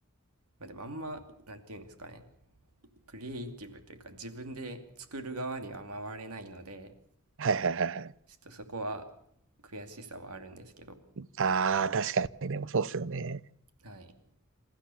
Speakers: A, on the right; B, on the right.
A: まあでもあんま、なんて言うんですかね。クリエイティブというか自分で作る側には回れないので、
B: はいはいはいはい。
A: ちょっとそこは悔しさはあるんですけど、
B: ああ確かに、でもそうっすよね。
A: はい。